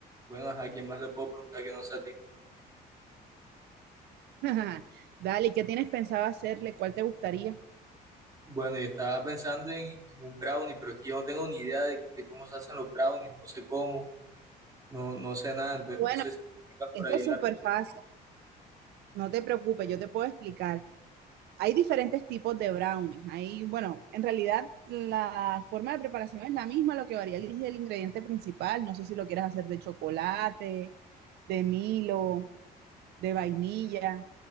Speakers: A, on the right; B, on the right.
A: bueno, ¿a quién más le puedo preguntar que no sea a ti?
B: <laughs> Dale, ¿qué tienes pensado hacerle? ¿Cuál te gustaría?
A: Bueno, yo estaba pensando en, en un brownie, pero es que yo no tengo ni idea de, de cómo se hacen los brownies, no sé cómo, no, no sé nada, entonces
B: Bueno,
A: no sé si tú tengas por
B: esto
A: ahí
B: es
A: la
B: súper
A: receta.
B: fácil. No te preocupes, yo te puedo explicar. Hay diferentes tipos de brownies. Hay, bueno, en realidad la forma de preparación es la misma, lo que varía es el ingrediente principal. No sé si lo quieres hacer de chocolate, de Milo, de vainilla.